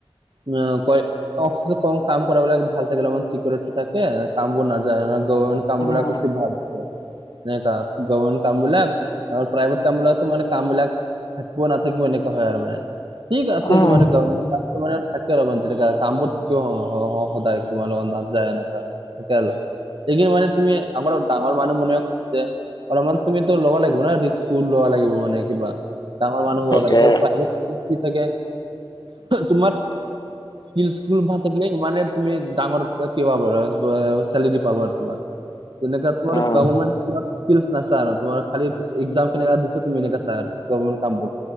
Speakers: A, on the right (about 60°); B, on the left (about 50°).
A: উম কয় অফিচত কাম কৰাবিলাক ভাল থাকিলে তোমাৰ চিকিউৰিটি থাকে। কামবোৰ না যায় ন গ কামবোৰক
B: উম
A: বেছি ভাল <unintelligible> একা গবৰমেণ্ট কাম বিলাক আৰু প্ৰাইভেট কাম বিলাকতো মানে কাম বিলাক থাকিব নাথাকিব এনেকুৱা। হয় আৰু মানে ঠিক আছে
B: উম
A: এইটো মানে গ তোমাৰে থাকে অলপমান যেনেকা কামবোৰ থাকিব সদায় তোমাৰ লগত না যায় এনেকা হ দেখিন মানে তুমি আমাৰ ডাঙৰ মানুহ মনে অলপমান তুমি তো ল'ব লাগিব না ৰিস্ক ফুল ল'ব লাগিব মানে কিবা ডাঙৰ মানুহ হ'বা
B: সেইটোৱে
A: কাৰণে প্ৰভ কি কি থাকে তোমাৰ স্কিল স্কিল ভাল থাকিলে ইমানে তুমি ডাঙৰ কিবা চেলেৰী পাব আৰু তোমাৰ যেনে তোমাৰ
B: উম
A: গা স্কিলচ নাচাই তোমাৰ খালি এক্সাম কেনেককা দিছে তুমি এনেকা চাই আৰু কাম